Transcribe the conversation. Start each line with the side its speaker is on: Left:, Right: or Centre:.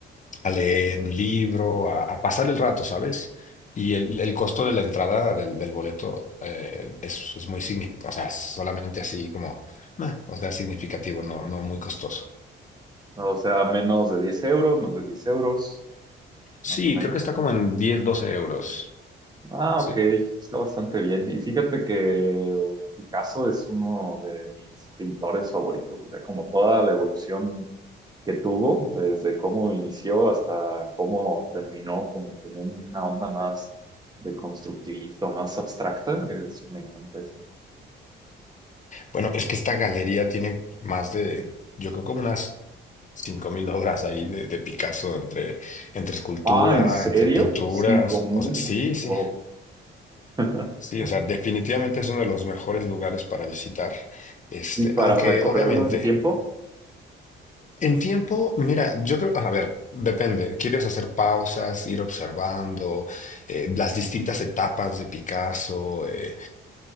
Left: a leer
Right: ¿no?
Left: un libro, a, a pasar el rato, ¿sabes? Y el, el costo de la entrada del, del boleto eh, es, es muy significativo, o sea, es solamente así como, meh, o sea, significativo, no, no muy costoso.
Right: no, O sea, menos de 10 euros, más de 10 euros,
Left: Sí,
Right: más o menos.
Left: creo que está como en diez doce euros.
Right: Ah,
Left: Sí.
Right: ok, está bastante bien. Y fíjate que Picasso es uno de mis pintores favoritos, o sea, como toda la evolución que tuvo, desde cómo inició hasta cómo terminó, como con una onda más de constructivista, o más abstracta, es- me encanta eso.
Left: Bueno, es que esta galería tiene más de, yo creo como unas 5.000 obras ahí de, de Picasso, entre, entre escultura,
Right: Ah, ¿en serio?
Left: entre pinturas,
Right: Cinco mil.
Left: o sea, sí, sí.
Right: Wow. <laughs>
Left: Sí, o sea, definitivamente es uno de los mejores lugares para visitar. Este,
Right: ¿Y para
Left: aunque
Right: recorrerlo
Left: obviamente
Right: en tiempo?
Left: en tiempo, mira, yo creo, a ver, depende. ¿Quieres hacer pausas, ir observando eh, las distintas etapas de Picasso? eh,